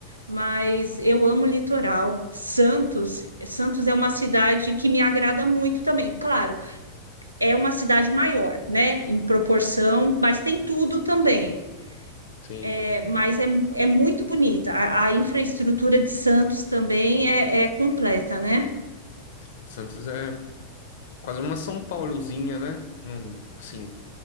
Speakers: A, on the right; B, on the left.
A: mas eu amo o litoral. Santos, Santos é uma cidade que me agrada muito também. Claro, é uma cidade maior, né, em proporção, mas tem tudo também.
B: Sim,
A: É, mas é, é muito bonita. A, a infraestrutura de Santos também é, é completa, né?
B: o Santos é quase uma São Paulozinha, né? Num- assim,